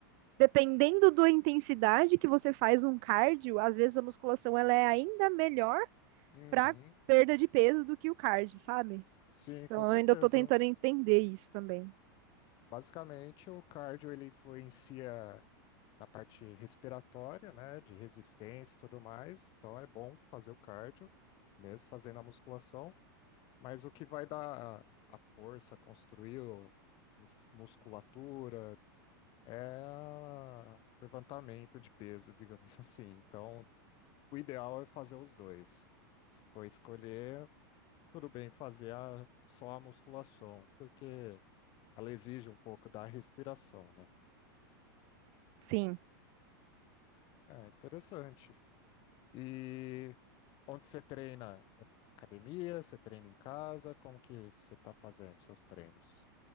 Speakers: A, on the right (about 45°); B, on the left (about 40°).
A: Dependendo da intensidade que você faz um cardio, às vezes a musculação ela é ainda melhor
B: Uhum.
A: para perda de peso do que o cardio, sabe?
B: Sim,
A: Então
B: com certeza.
A: eu ainda tô tentando entender isso também.
B: Basicamente, o cardio ele influencia na parte respiratória, né, de resistência e tudo mais. Então é bom fazer o cardio, mesmo fazendo a musculação. Mas o que vai dar a a força, construir o- mus- musculatura, é a- levantamento de peso, digamos <laughs> assim. Então, o ideal é fazer os dois. Se for escolher, tudo bem fazer a- só a musculação, porque ela exige um pouco da respiração, né?
A: Sim.
B: Ah, interessante. E onde você treina? Academia? Você treina em casa? Como que você está fazendo seus treinos?